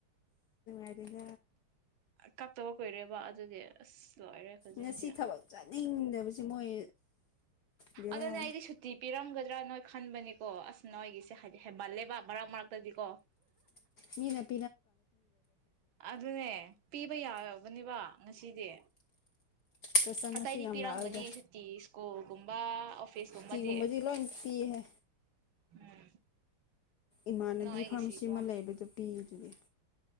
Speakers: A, on the left; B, on the right.
A: ꯑꯗꯨ ꯃꯥꯔꯦ
B: ꯀꯛꯇꯕ ꯀꯨꯏꯔꯦꯕ ꯑꯗꯨꯗꯤ ꯑꯁ ꯂꯣꯏꯔꯦ ꯈꯨꯖꯤꯟꯁꯦ
A: ꯉꯁꯤ ꯊꯕꯛ ꯆꯠꯅꯤꯡꯗꯕ ꯁꯤ ꯃꯣꯏ ꯕꯦꯔꯥꯅꯤ
B: ꯑꯗꯨꯅꯦ ꯑꯩꯗꯤ ꯁꯨꯇꯤ ꯄꯤꯔꯝꯒꯗ꯭ꯔꯥ ꯅꯣꯏ ꯈꯟꯕꯅꯤꯀꯣ ꯑꯁ ꯅꯣꯏꯒꯤꯁꯦ ꯍꯥꯏꯗꯤ ꯍꯦꯟꯃꯜꯂꯦꯕ ꯃꯔꯛ ꯃꯔꯛꯇꯗꯤ ꯀꯣ
A: ꯎꯝ ꯃꯤꯅꯦ
B: ꯑꯗꯨ ꯑꯗꯨꯅꯦ ꯄꯤꯕ ꯌꯥ ꯐꯕꯅꯤꯕ ꯉꯁꯤꯗꯤ
A: ꯀꯁꯇꯃꯔꯁꯨ
B: ꯑꯇꯩꯗꯤ
A: ꯌꯥꯝ
B: ꯄꯤꯔꯝꯒꯅꯤ
A: ꯂꯥꯛꯑꯣꯏꯗ
B: ꯁꯨꯇꯤ ꯁ꯭ꯀꯨꯜꯒꯨꯝꯕ ꯑꯣꯐꯤꯁ
A: ꯁꯨꯇꯤꯒꯨꯝꯕꯗꯤ
B: ꯀꯨꯝꯕꯗꯤ
A: ꯂꯣꯏ ꯄꯤꯍꯦ
B: ꯎꯝ
A: ꯏꯃꯥꯟꯅꯕꯤ
B: ꯅꯣꯏꯒꯤꯁꯤꯀꯣ
A: ꯐꯥꯔꯃꯥꯁꯤ ꯑꯃ ꯂꯩꯕꯗꯨ ꯄꯤ <unintelligible>